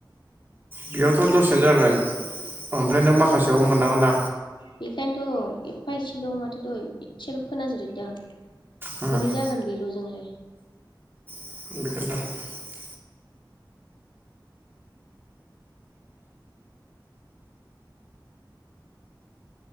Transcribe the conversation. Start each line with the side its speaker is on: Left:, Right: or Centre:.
Right: बेयावथ' दसेनो जागोन ओमफ्राय नों माखासेयाव मोननांगो ना।
Left: बेखायनोथ' एफा एसेल' माथो दहाय इसेल' खोनाजोरैदों आं।
Right: उम
Left: बोरै जागोन बेल'ज जोंलाय।
Right: <inaudible>